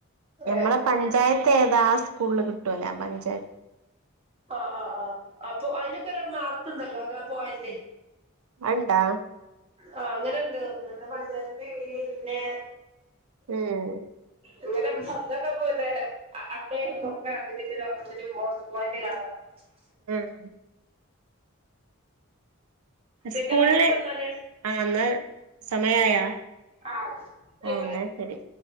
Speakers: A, on the right; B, on the right.
A: ഞമ്മളെ
B: ഏഹ്
A: പഞ്ചായത്തെതാആ സ്കൂളില് കിട്ടുലേ ആ പഞ്ചായത്ത്
B: ആഹ് ആഹ് ആ ഹ് അപ്പൊ അതിനൊക്കെ ഒരു മാർക്ക്ണ്ടല്ലോ അത പോയന്റെ
A: അത് ണ്ടോ
B: ആഹ് അങ്ങനെണ്ട്തോന്ണ് പഞ്ചായത്തിന്റെ കിഴിൽ പിന്നെ
A: ഏ ഹ്
B: ഇങ്ങനെ പന്ദോ ക്കെ പോലെ അഹ് അപ്പേ ന്നൊക്കെ അതിതിന്റെ <unintelligible>
A: ഉം
B: പിന്നെ
A: സ്കൂളില്
B: വേറെന്താന്നാല്?
A: ആഹ് എന്നാ സമയ ആയോ
B: ആഹ് ആയിക്കോട്ടെ
A: ഓ എന്നാ ശരി